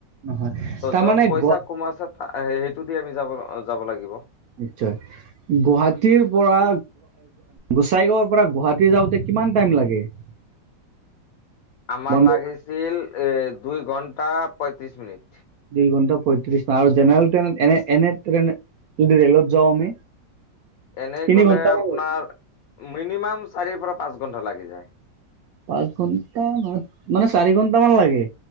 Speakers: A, on the right; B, on the left.
A: নহয়।
B: ত
A: তাৰমানে
B: যত পইচা
A: গ
B: কম আছে সেইটো দি আমি যাব যাব লাগিব।
A: নিশ্চয়। গুৱাহাটীৰ পৰা গোচাইগাঁৱৰ পৰা গুৱাহাটী যাওঁতে কিমান টাইম লাগে? <inaudible>
B: আমাৰ
A: বন্দে
B: লাগিছিল এ দুই ঘন্টা পয়ত্ৰিশ মিনিট।
A: দুই ঘণ্টা পয়ত্ৰিশ, আৰু জেনেৰেল ট্ৰেইনত এনে এনে ট্ৰেইনে যদি ৰেলত যাওঁ আমি?
B: এনেই
A: তিনি
B: গলে
A: ঘন্টামান
B: আপোনাৰ
A: লাগে
B: মিনিমাম চাৰিৰ পৰা পাঁচ ঘণ্টা লাগি যায়।
A: পাঁচ ঘন্টা নহয় মানে চাৰি ঘন্টা মান লাগে।